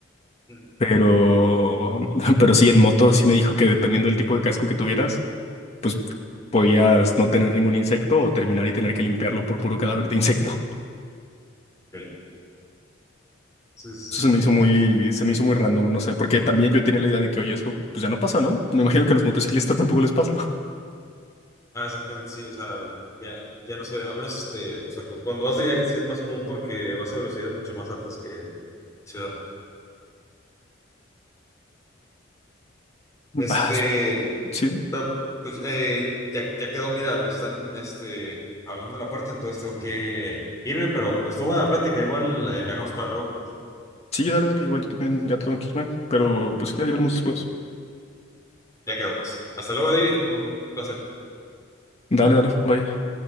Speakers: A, on the left; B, on the left.
A: Mm.
B: Pero, <laughs> pero sí, en moto sí me dijo que dependiendo del tipo de casco que tuvieras, pues podías no tener ningún insecto o terminar y tener que limpiarlo por puro cadáver de insecto.
A: Ok. Sí, sí.
B: Eso se me hizo muy, se me hizo muy random, no sé, porque también yo tenía la idea de que, oye, eso pues ya no pasa, ¿no? Me imagino que a los motociclistas tampoco les pasa.
A: Ah, exactamente, sí, o sea, ya, ya no sé, a menos este, o sea, cu- cuando vas de viaje sí es más común porque vas a velocidades mucho más altas que ciudad.
B: <laughs>
A: Este,
B: Ah, sí.
A: pero pues eh, ya, ya quedó, mira, me están este, hablando de la puerta, entonces tengo que irme, pero estuvo buena la plática, igual eh, la dejamos para luego.
B: Sí, dale, dale, igual yo también ya tengo que irme, pero pues ya, ya hablamos después.
A: Ya quedó, pues. Hasta luego, David, fue un placer.
B: Dale, dale, bye.